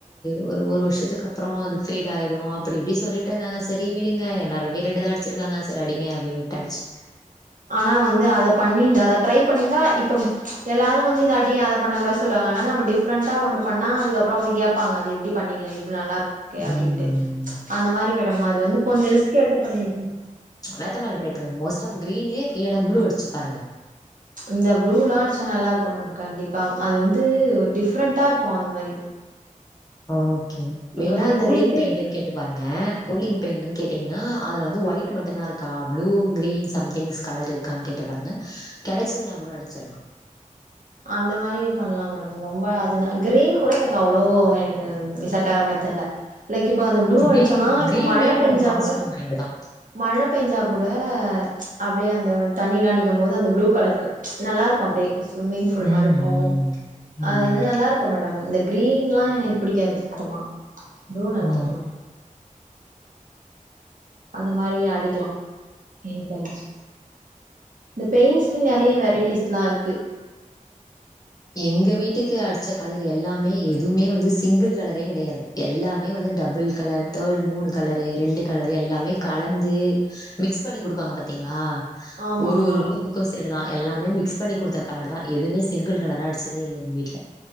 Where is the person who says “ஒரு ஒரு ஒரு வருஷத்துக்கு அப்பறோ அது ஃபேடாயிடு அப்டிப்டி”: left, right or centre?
Left